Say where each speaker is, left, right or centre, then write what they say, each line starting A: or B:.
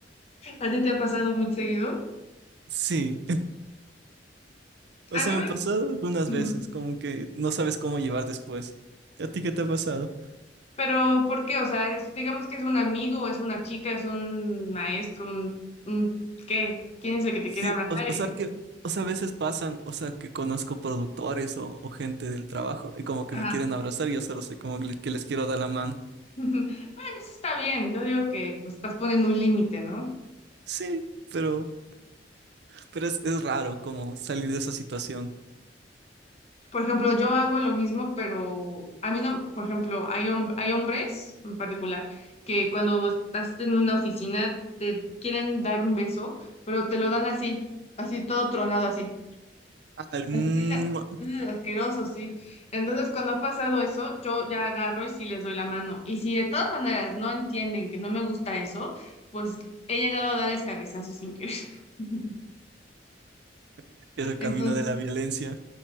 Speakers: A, on the left; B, on the right.
A: ¿A ti te ha pasado muy seguido?
B: Sí, <laughs> o
A: A
B: sea,
A: mí
B: me
A: me
B: ha pasado algunas veces,
A: Ujú.
B: como que no sabes cómo llevar después. ¿A ti qué te ha pasado?
A: Pero, ¿por qué? O sea, es, digamos que es un amigo, es una chica, es un maestro, un, un ¿qué? ¿Quién es el que te
B: Sí,
A: quiere abrazar?
B: o, o
A: Y-
B: sea que,
A: bueno,
B: o sea, a veces pasan, o sea, que conozco productores o, o gente del trabajo y como que
A: ajá.
B: me quieren abrazar y yo solo soy como que les, que les quiero dar la mano.
A: <laughs> Bueno, eso está bien. Yo digo que pues estás poniendo un límite, ¿no?
B: Sí, pero, pero es, es raro como salir de esa situación.
A: Por ejemplo, yo hago lo mismo, pero a mí no, por ejemplo, hay, hom- hay hombres en particular que cuando estás en una oficina te quieren dar un beso, pero te lo dan así, así todo tronado así.
B: Ah, el mua,
A: Así, mm, asqueroso, sí. Entonces, cuando ha pasado eso, yo ya agarro y sí les doy la mano. Y si de todas maneras no entienden que no me gusta eso, pues he llegado a darles cabezazos sin querer. <laughs>
B: que es <laughs> el
A: Entonces,
B: camino de la violencia.